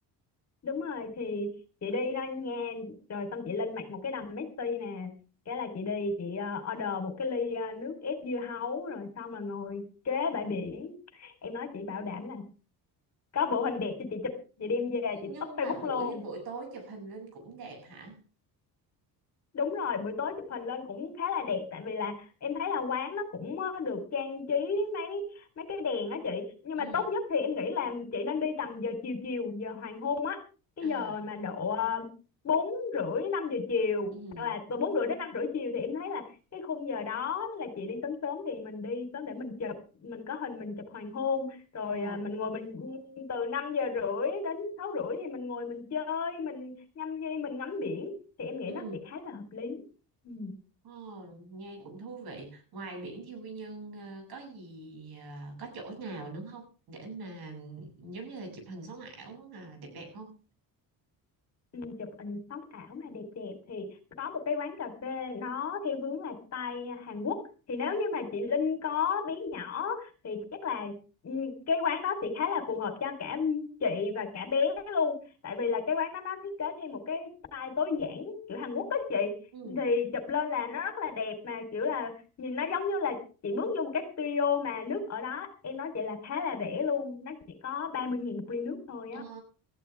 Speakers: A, on the left; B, on the right.
A: đúng rồi thì chị đi đó nha rồi xong chị lên mạng một cái đầm Messi nè cái là chị đi chị ờ, order một cái ly ờ, nước ép dưa hấu rồi xong là ngồi kế bãi biển em nói chị bảo đảm là có bộ hình đẹp cho chị chụp chị đem về chị
B: nhưng
A: up Facebook
B: mà buổi
A: luôn
B: buổi tối chụp hình lên cũng đẹp hả
A: đúng rồi buổi tối chụp hình lên cũng khá là đẹp tại vì là em thấy là quán nó cũng ờ, được trang trí mấy mấy cái đèn á chị nhưng
B: ừ
A: mà tốt nhất thì em nghĩ là chị nên đi tầm giờ chiều chiều giờ hoàng hôn á cái
B: à
A: giờ mà độ ờ, bốn rưỡi năm giờ chiều
B: ừ
A: hoặc là từ bốn rưỡi đến năm rưỡi chiều thì em thấy là cái khung giờ đó là chị đi sớm sớm thì mình đi sớm để mình chụp mình có hình mình chụp hoàng hôn rồi
B: ờ
A: à, mình ngồi mình từ 5 giờ rưỡi đến 6 rưỡi thì mình ngồi mình chơi mình nhâm nhi mình ngắm biển thì em nghĩ
B: ừ
A: nó sẽ khá là hợp lý ừ.
B: ờ nghe cũng thú vị ngoài biển thì Quy Nhơn ờ, có gì ờ, có chỗ nào nữa không để mà giống như là chụp hình sống ảo mà đẹp đẹp không
A: ừ, chụp hình sống ảo mà đẹp đẹp thì có một cái quán cà phê nó theo hướng là style Hàn Quốc thì nếu như mà chị Linh có bé nhỏ thì chắc là ừ, cái quán đó sẽ khá là phù hợp cho cả chị và cả bé luôn tại vì là cái quán đó nó thiết kế theo một cái style tối giản kiểu Hàn Quốc á chị
B: ừ
A: thì chụp lên là nó rất là đẹp mà kiểu là nhìn nó giống như là chị bước vô một cái studio mà nước ở đó em nói chị là khá là rẻ luôn nó chỉ có ba mươi nghìn một ly nước thôi
B: ờ
A: á